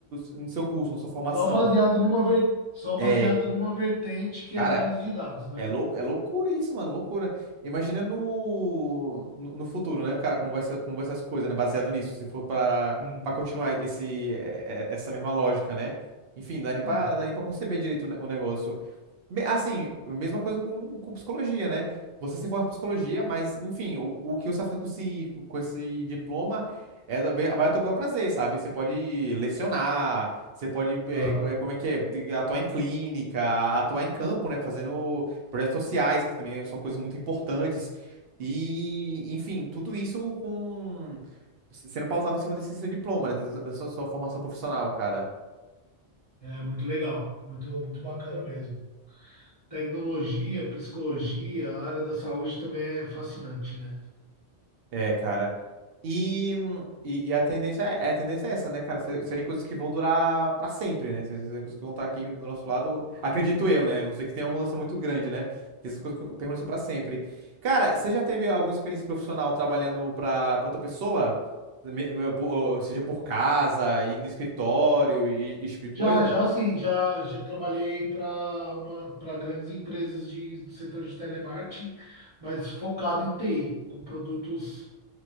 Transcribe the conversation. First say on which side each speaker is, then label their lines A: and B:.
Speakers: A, on the right; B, on the right.
A: no seu curso, na sua formação.
B: Só baseado numa ver... Só
A: É,
B: baseado numa vertente que
A: cara,
B: é a análise de dados, né?
A: é louco, é loucura isso, mano, loucura. Imagina no, no, no futuro, né, O cara, como vai ser, como vai ser as coisas, né, baseado nisso, se for pra,
B: Sim.
A: pra continuar esse, é- é- essa mesma lógica, né? Enfim, dá nem
B: É,
A: pra, dá nem pra conceber direito o ne- o negócio. Me- Assim, mesma coisa com, com psicologia, né? Você se forma em psicologia, mas, enfim, o, o que você vai fazer com esse, com esse diploma é do bem- vai ao teu bel prazer, sabe? Você pode lecionar, você pode,
B: aham.
A: eh, eh, como é que é, de- atuar em clínica, atuar em campo, né? Fazendo projetos sociais, que também são coisas muito importantes. E, enfim, tudo isso com sendo pautado em cima desse seu diploma, né? Da da sua sua formação profissional, cara.
B: É muito legal, muito, muito bacana mesmo. Tecnologia, psicologia, a área da saúde também é fascinante, né?
A: É, cara. E, e, e a tendência é, a tendência é essa, né, cara? Se- Serem coisas que vão durar pra sempre, né? Serem serem coisas que vão estar aqui do nosso lado, acredito eu, né? A não sei que tenha uma mudança muito grande, né? Que essas coisas co- permaneçam pra sempre. Cara, você já teve alguma experiência profissional trabalhando pra, pra outra pessoa? Me- me- por- Ou seja, por casa, ir no escritório e, e esse tipo de coisa?
B: Já, já assim, já, já trabalhei para uma, para grandes empresas de, do setor de telemarketing, mas focado em TI, com produtos,